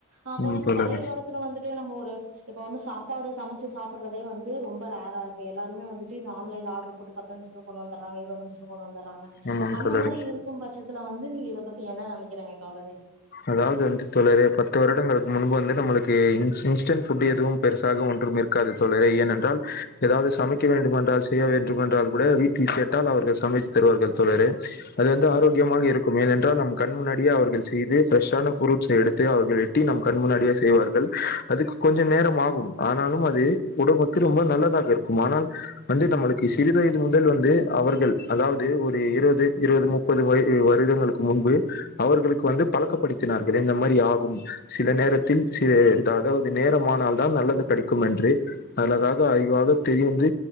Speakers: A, on the right; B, on the left.
A: அப்ப
B: ம்
A: வந்து
B: தோழரே
A: பழைய காலத்துல வந்துட்டு நம்ம ஒரு இப்ப வந்து சாப்பாடு சமைச்சு சாப்பிடுறதே வந்து ரொம்ப ரர் ரா இருக்கு எல்லாருமே வந்துட்டு ஆன்லைன்ல ஆர்டர் போட்டு பா த்து நிமித்துல கொண்டு வந்துறங்க இருநிமிஷதுல கொண்டு வந்தறாங்
B: ஆமாம்
A: அந்த
B: தோழரே
A: மாதிரி இருக்கு பட்சத்துல வந்து நீங்க இத பத்தி என்ன நினைக்கிறீங்க தோழரே
B: அதாவது வந்து தோழரே பத்து வருடங்களுக்கு முன்பு வந்து நம்மளுக்கு இன்ஸ்டன்ட் புட் எதுவு பெருசாக ஒன்றும் இருக்காது தோழரே ஏனென்றா ஏதாவது சமைக்க வேண்ட டும் என்றால் செய்ய வேண்டும் என்றால் கூட வீட்டில் கேட்டால் அவர்கள் சமைத்து தருவார்கள் தோழரே அது வந்து ஆரோக்கியமான இருக்கு ஏனென்றால் நம் கண் முன்னாடியே அவர்கள் செய்து ஃபிரெஷ் ஆன புரூட்ஸ்ஸை எடுத்து அவர்கள் வெட்டி நம் கண் முன்னாடியா செய்வார்கள் அதுக்கு கொஞ்சம் நேரம் ஆகும் ஆனா அது உடம்புக்கு ரொம்ப நல்லதாக இருக்கு ஆனால் வந்து நம்மளுக்கு சிறி வயது முதல் வந்து அவர்கள் அதாவது ஒரு இருபது இருபது முப்பது வருடங்களுக்கு முன்பு அவர்களுக்கு வந்து பழக்கப்படுத்தினார்கள் இந்த மாதிரி ஆகும் சில நேரத்தில் அதாவது நேரமானால் தா நல்லது கிடைக்கு என்று அகாக ஆயவாக தெரியந்து